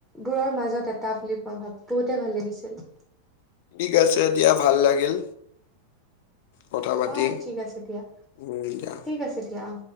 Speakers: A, in the centre; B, on the left.
A: বোৰৰ মাজত এটা বুলি মই ভাবো বহুতে ভাল লাগিছিল
B: ঠিক আছে দিয়া ভাল লাগিল কথা পাতি
A: অ ঠিক আছে দিয়া
B: উ দিয়া
A: ঠিক আছে দিয়া অ।